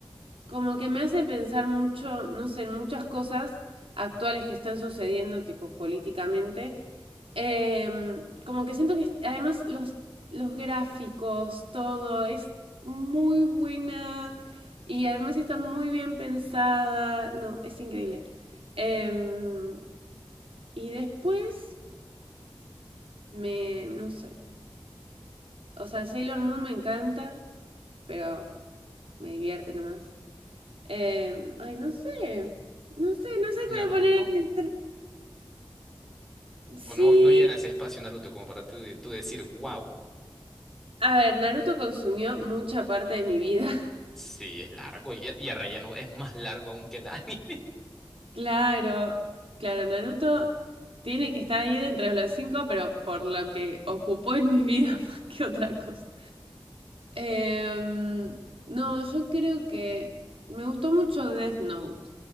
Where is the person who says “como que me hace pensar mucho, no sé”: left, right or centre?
Right